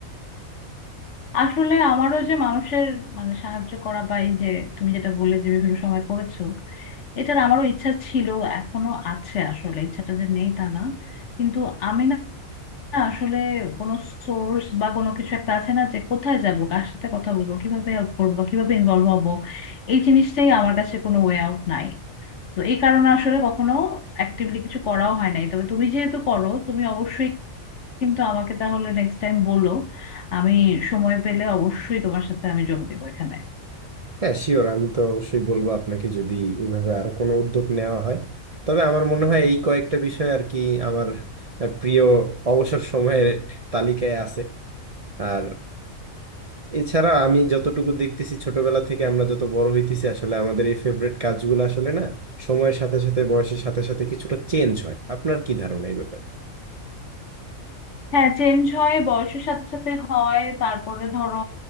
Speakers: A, on the left; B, on the right.
A: আসলে আমারও যে মানুষের মানে সাহায্য করা বা এই যে তুমি যেটা বললে যে বিভিন্ন সময় করেছো এটার আমারও ইচ্ছা ছিল এখনো আছে আসলে ইচ্ছাটা যে নেই তা না কিন্তু আমি না আসলে কোনো সোর্স বা কোনো কিছু একটা আছে না যে কোথায় যাব কার সাথে কথা বলবো কিভাবে হেল্প করবো বা কিভাবে ইনভলভ হবো এই জিনিসটাই আমার কাছে কোনো ওয়ে আউট নাই তো এই কারণে আসলে কখনো অ্যাক্টিভলি কিছু করাও হয় নাই তবে তুমি যেহেতু করো তুমি অবশ্যই কিন্তু আমাকে তাহলে নেক্সট টাইম বলো আমি সময় পেলে অবশ্যই তোমার সাথে আমি যোগ দেবো এখানে
B: হ্যাঁ শিওর আমি তো অবশ্যই বলবো আপনাকে যদি এইভাবে আরো কোনো উদ্যোগ নেওয়া হয় তবে আমার মনে হয় এই কয়েকটা বিষয় আর কি আমার প্রিয় অবসর সময়ের তালিকায় আছে আর এছাড়া আমি যতটুকু দেখতেছি ছোটবেলা থেকে আমরা যত বড় হইতেছি আসলে আমাদের এই ফেভারিট কাজগুলো আসলে না সময়ের সাথে সাথে বয়সের সাথে সাথে কিছুটা চেঞ্জ হয় আপনার কি ধারণা এই ব্যাপারে
A: হ্যাঁ চেঞ্জ হয় বয়সের সাথে সাথে হয় তারপরে ধরো